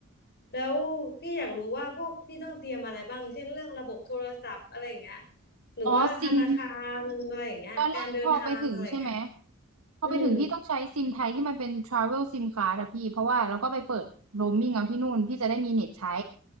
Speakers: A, on the left; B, on the right.
A: แล้วพี่อยากรู้ว่าพวกพี่ต้องเตรียมอะไรบ้างเช่นเรื่องระบบโทรศัพท์อะไรอย่างเงี้ยหรือว่าธนาคารอะไรอย่างเงี้ยการเดินทางอะไรอย่างเงี้ย
B: อ๋อซิม ตอนแรกพอไปถึงใช่ไหมพอไปถึงพี่ต้องใช้ซิมไทยที่มันเป็น
A: อืม
B: travel sim card อะพี่เพราะว่าเราก็ไปเปิด roaming เอาที่นู่นพี่จะได้มีเน็ตใช้